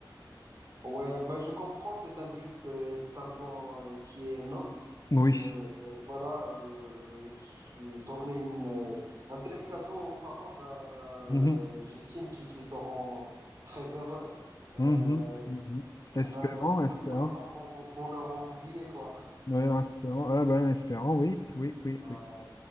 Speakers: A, on the right (about 40°); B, on the left (about 45°).
A: Ouais, bah je comprends, c'est un but, euh, est un plan euh, qui est noble.
B: Oui.
A: Euh, voilà, euh, se donner une, euh, un tel cadeau aux parents, bah,
B: Mhm.
A: euh, j'estime qu'ils qu'ils seront très heureux. Euh,
B: Mhm. Mhm. Espérant,
A: bah, beaucoup
B: espérant.
A: de parents vont, vont, vont leur envier, quoi.
B: Oui, espérant. Ah ben, espérant, oui, oui, oui,
A: Ouais.
B: oui.